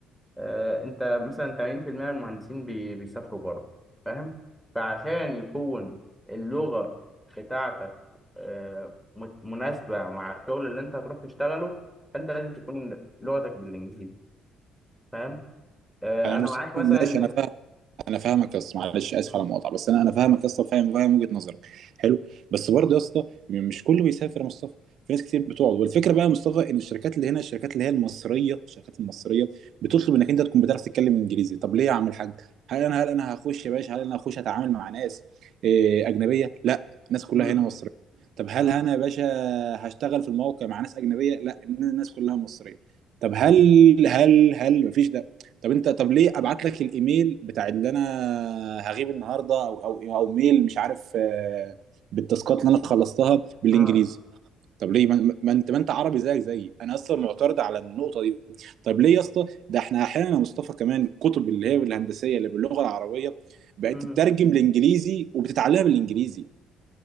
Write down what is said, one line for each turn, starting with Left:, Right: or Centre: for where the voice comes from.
Centre: آه انت مثلا 80% من المهندسين بي بيسافروا بره فاهم فعشان يكون اللغه بتاعتك آه مت- مناسبه مع الشغل اللي انت هتروح تشتغله فانت لازم تكون لغتك بالانجليزي فاهم آه،
Right: انا
Centre: انا
Right: مسلم
Centre: معاك مثلا
Right: ماشي انا
Centre: إن-
Right: فاهم انا فاهمك يا اسطى معلش اسف
Centre: م-
Right: على المقاطعه بس انا انا فاهمك يا اسطى فاهم فاهم وجهه نظرك حلو بس برضه يا اسطى مش كله بيسافر يا مصطفى في ناس كتير بتقعد والفكره بقى يا مصطفى ان الشركات اللي هنا الشركات اللي هي المصريه الشركات المصريه بتطلب انك انت تكون بتعرف تتكلم انجليزي طب ليه يا عم الحاج هل انا هل انا هخش يا باشا هل انا هخش اتعامل مع ناس إيه، اجنبيه لا الناس كلها
Centre: م-
Right: هنا مصريه طب هل انا يا باشا هشتغل في الموقع مع ناس اجنبيه لا الناس كلها مصريه طب هل هل هل مفيش طب انت طب ليه ابعت لك الايميل بتاع اللي انا هغيب النهارده او او او ميل مش عارف آه، بالتاسكات اللي انا خلصتها بالانجليزي
Centre: آه،
Right: طب ليه ما ما انت ما انت عربي زيك زيي انا اصلا معترض على النقطه دي طب ليه يا اسطى ده احنا احيانا يا مصطفى كمان الكتب اللي هي الهندسيه اللي باللغه العربيه بقت
Centre: م.
Right: تترجم لانجليزي وبتتعلمها بالانجليزي